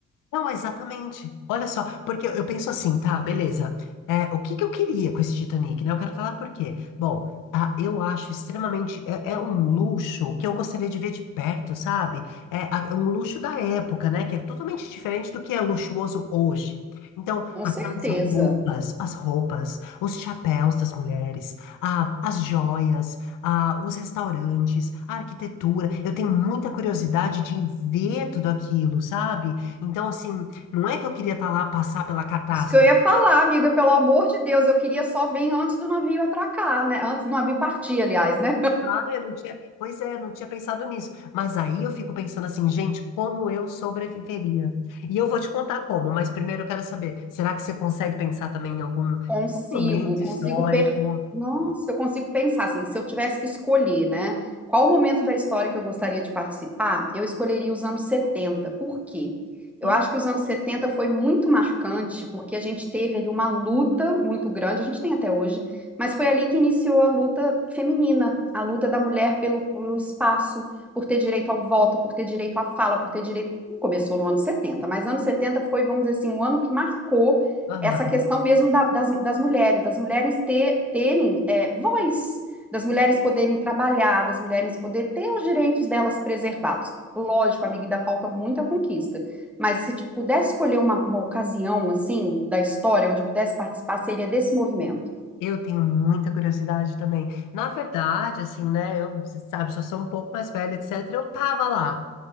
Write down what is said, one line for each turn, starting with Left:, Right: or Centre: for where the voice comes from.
Left: Não, exatamente. Olha só, porque eu eu penso assim, tá, beleza. É, o que que eu queria com esse Titanic, né? Eu quero falar por quê. Bom, ah, eu acho extremamente. É, é um luxo que eu gostaria de ver de perto, sabe? É, a- é um luxo da época, né? Que é totalmente diferente do que é luxuoso hoje. Então,
Centre: com
Left: aquelas
Centre: certeza.
Left: roupas, as roupas, os chapéus das mulheres, ah, as joias, ah, os restaurantes, a arquitetura. Eu tenho muita curiosidade de ver tudo aquilo, sabe? Então, assim, não é que eu queria estar lá passar pela catástrofe.
Centre: Isso que eu ia falar, amiga, pelo amor de Deus, eu queria só vir antes do navio atracar, né? Antes do navio partir, aliás, né?
Left: Ah, eu não tinha. Pois é, eu não tinha pensado nisso. Mas aí eu fico pensando assim, gente, como eu sobreviveria? E eu vou te contar como, mas primeiro eu quero saber, será que você consegue pensar também em algum
Centre: Consigo,
Left: momento
Centre: consigo
Left: histórico?
Centre: per... Nossa, eu consigo pensar assim, se eu tivesse que escolher, né? Qual o momento da história que eu gostaria de participar? Eu escolheria os anos setenta Por quê? Eu
Left: Hum,
Centre: acho que os anos 70 foi muito marcante, porque a gente teve ali uma luta muito grande, a gente tem até hoje, mas foi ali que iniciou a luta feminina, a luta da mulher pelo, pelo espaço, por ter direito ao voto, por ter direito à fala, por ter direito. Não Começou no ano setenta mas ano 70 foi, vamos dizer assim, um ano que marcou
Left: aham.
Centre: essa questão mesmo da- das, das mulheres, das mulheres ter- terem é, voz, das mulheres poderem trabalhar, das mulheres poderem ter os direitos delas preservados. Lógico, amiga, ainda falta muita conquista, mas se tipo, pudesse escolher uma, uma ocasião assim da história onde eu pudesse participar, seria desse movimento.
Left: Eu tenho muita curiosidade também. Na verdade, assim, né? Eu, você sabe, já sou um pouco mais velha, etc. Eu tava lá,